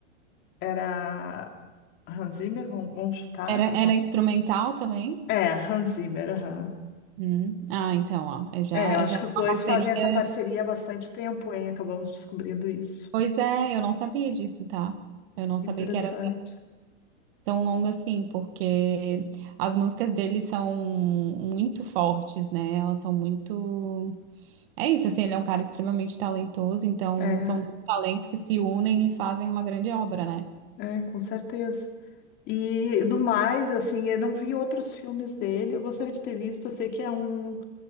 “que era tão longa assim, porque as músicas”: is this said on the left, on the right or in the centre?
Right